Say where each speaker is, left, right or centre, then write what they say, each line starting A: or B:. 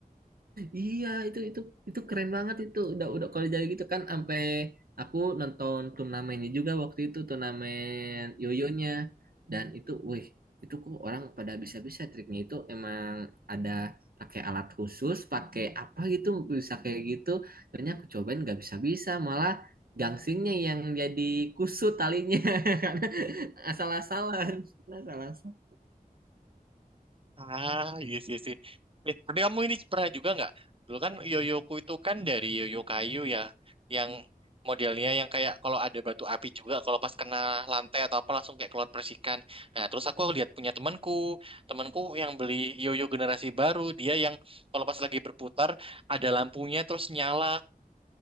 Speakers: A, on the right (about 75°); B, on the right (about 35°).
A: Iya, itu itu itu keren banget itu. Udah udah kalau jadi gitu kan sampai aku nonton turnamennya juga waktu itu turnamen yoyonya dan itu wih, itu kok orang pada bisa-bisa triknya itu emang ada pakai alat khusus, pakai apa gitu bisa kayak gitu. Ternyata aku cobain nggak bisa-bisa, malah gangsingnya yang jadi kusut talinya <laughs> karena asal-asalan, asal-asalan.
B: Ah, iya sih, iya sih. Eh, tapi kamu ini pernah juga nggak? Dulu kan yoyoku itu kan dari yoyo kayu ya, yang modelnya yang kayak kalau ada batu api juga, kalau pas kena lantai atau apa langsung kayak keluar percikan. Nah, terus aku lihat punya temanku, temanku yang beli yoyo generasi baru, dia yang kalau pas lagi berputar ada lampunya terus nyala.